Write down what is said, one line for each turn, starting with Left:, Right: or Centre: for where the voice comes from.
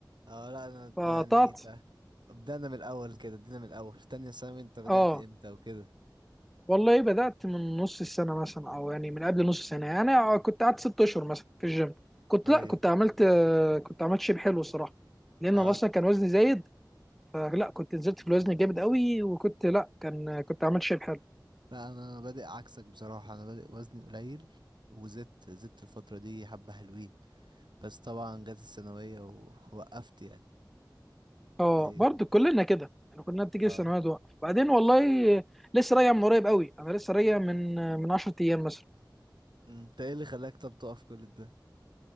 Right: اه لا انا انت
Centre: فقطعت
Right: يعني انت بدأنا من الاول كده ادينا من الاول تانية ثانوي انت بدأت
Centre: اه
Right: امتى وكده
Centre: والله بدأت من نص السنة مثلا أو يعني من قبل نص سنة يعني أنا كنت قعدت ست أشهر مثلا في الجيم كنت
Right: ايوه
Centre: لأ كنت عملت كنت عملت شيب حلو الصراحة لأن
Right: اه
Centre: أنا أصلا كان وزني زايد فلا كنت نزلت في الوزن جامد قوي وكنت لأ كان كنت عملت شيب حلو
Right: لا انا بادئ عكسك بصراحه انا بادئ وزني قليل وزدت زدت الفتره دي حبه حلوين بس طبعا جت الثانويه ووقفت يعني
Centre: أه
Right: ايوه
Centre: برضه كلنا كده يعني كلنا بتيجي
Right: اه
Centre: السنوات وقف بعدين والله لسه راجع من قريب قوي أنا لسه راجع من من 10 أيام مثلا
Right: انت ايه اللي خلاك طب تقف كل ده